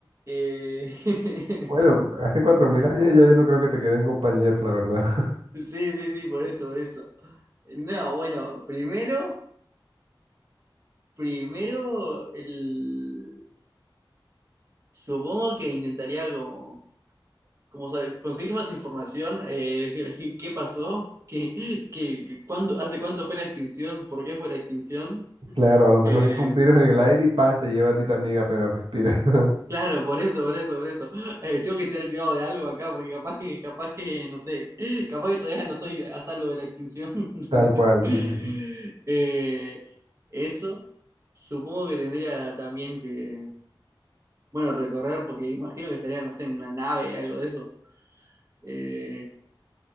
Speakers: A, on the right (about 35°); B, on the right (about 80°).
A: Eh, <laughs>
B: Bueno, hace cuatro mil años ya yo no creo que te queden compañeros, la verdad. <laughs>
A: sí, sí, sí, por eso, por eso. No, bueno, primero, primero, el, supongo que intentaría como como sabe, conseguir más información, eh, decir <laughs> qué pasó, qué, qué, cuándo, hace cuánto fue la extinción, por qué fue la extinción.
B: Claro, a lo mejor
A: Eh,
B: es un virus en el aire y pan, te lleva a ti también apenas respiras. <laughs>
A: claro, por eso, por eso, por eso. Eh, tengo que tener cuidado de algo acá, porque capaz que, capaz que, no sé, capaz que todavía no estoy a salvo de la extinción. <laughs>
B: Tal cual, sí, sí, sí.
A: Eh, eso, supongo que tendría también que, bueno, recorrer, porque imagino que estaría, no sé, en una nave, algo de eso. Eh,